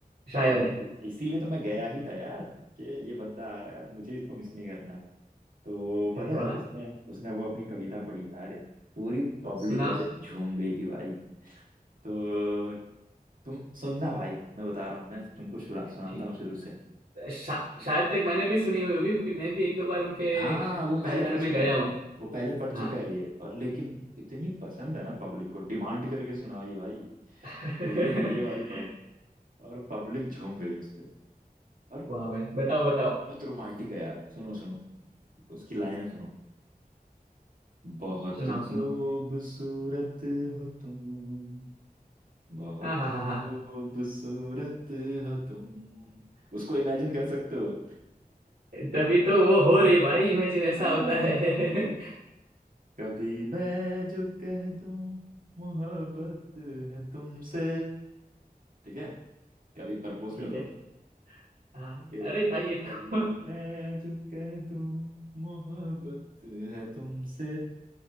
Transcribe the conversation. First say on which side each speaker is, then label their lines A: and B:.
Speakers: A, on the right; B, on the right.
A: शायर
B: बिल्कुल
A: है
B: इसीलिए तो मैं गया ही था यार कि ये बंदा आ रहा है मुझे इसको मिस नहीं करना तो
A: अरे
B: पता
A: वाह
B: है उसने उसने वो अपनी कविता पढ़ी यार पूरी पब्लिक
A: सुना
B: ऐसे
A: उस-
B: झूम गई थी भाई तो तुम सुनना भाई मैं बता रहा हूँ मैं तुमको शुरा- सुनाता
A: ठीक
B: हूँ शुरू से
A: शा, शायद तक मैंने भी सुनी हुई होगी क्योंकि मैं भी एक दो बार उनके
B: हाँ वो
A: शायराना
B: पहले पढ़ है
A: में
B: ना चुका
A: गया
B: है
A: हूँ
B: वो पहले पढ़ चुका
A: हाँ
B: है ये और लेकिन इतनी पसंद है ना पब्लिक को डिमांड करके सुनाई भाई तो
A: <laughs>
B: ये पढ़ ये वाली पढ़ो और पब्लिक झूम गई उस पे और
A: वाह भाई बताओ बताओ
B: बहुत रोमांटिक है यार सुनो सुनो उसकी लाइनें सुनो बहुत
A: सुनाओ
B: खूबसूरत
A: सुनाओ
B: हो तुम बहुत
A: हाँ हाँ हाँ हाँ
B: खूबसूरत हो तुम उसको इमेजिन कर सकते हो
A: तभी तो वो हो रही भाई इमेजिन ऐसा
B: हाँ,
A: होता है <laughs> ठीक
B: ठीक है कभी मैं जो कह दूं मोहब्बत है तुमसे ठीक है कभी प्रपोज
A: है ठीक-
B: कर दो
A: हाँ
B: कि
A: अरे भाई ये
B: कभी
A: तो <laughs>
B: मैं जो कह दूं मोहब्बत है तुमसे